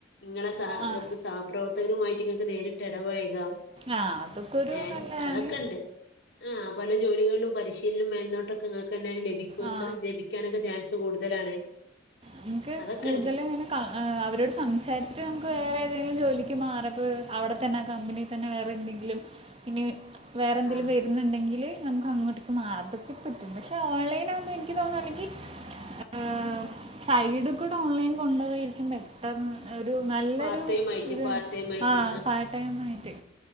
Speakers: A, on the left; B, on the right.
A: ഇങ്ങളെ സാ
B: ആ
A: സഹപ്രവർത്തകരുമായിട്ട് ഇങ്ങക്ക് നേരിട്ട് എടപഴകാം.
B: ആ അതൊക്കെ ഒരു
A: ഏ
B: നല്ലതാണ്
A: അതൊക്കെണ്ട്. ആഹ് പല ജോലികളിലും പരിശീലനം മേൽനോട്ടൊക്കെ ഇങ്ങക്കെന്നെ ലഭിക്കോത്രേ
B: ആ
A: ലഭി ക്കാനൊക്കെ ചാൻസ് കൂടുതലാണ്
B: നിങ്ങക്ക്
A: അതൊക്കെ
B: കൂടുതലങ്ങനെ
A: ഉണ്ട്
B: ക്ക അവരോട് സംസാരിച്ചിട്ട് നമുക്ക് വേറെ ഏതെങ്കിലും ജോലിക്ക് മാറുമ്പൾ അവിടെത്തന്നെ ആ കമ്പനി തന്നെ വേറെ എന്തെങ്കിലും ഇനി വേറെ എന്തെങ്കിലും
A: ആ
B: വരുന്നുണ്ടെങ്കില് നമുക്ക് അങ്ങോട്ടേക്ക് മാർ അതൊക്കെ പറ്റും പക്ഷേ ഓൺലൈൻ ആകുമ്പോ എനിക്ക് തോന്നുന്നു അല്ലെങ്കി ആഹ് സൈഡ് കൂടെ ഓൺലൈൻ കൊണ്ടോയിരിക്കുന്നെ ഒരു നല്ലൊരു
A: പാർട്ട് ടൈം ആയിട്ട്
B: ഇത്
A: പാർട്ട് ടൈം ആയിട്ട്
B: ആ പാർട്ട് ടൈം ആയിട്ടേ